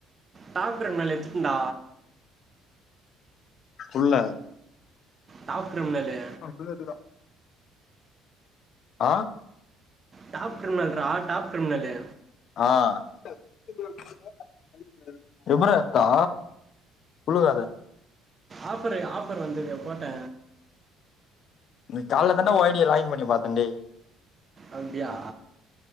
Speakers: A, on the right; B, on the left.
A: டாப்பு <unintelligible> எத்துக்குண்ட
B: குல்ல
A: டாப் க்ரிமினலு
B: சொல்வது தா ஆ
A: டாப் க்ரிமினல்ரா டாப் க்ரிமினலு
B: ஆ <unintelligible> ரிபர இருக்கா புழுவாத
A: ஆஃபரு ஆஃபர் வந்தது போட்ட
B: நீ கால தான ஓ ஐடியா லைன் பண்ணி பாத்தேன் டே
A: அப்படியா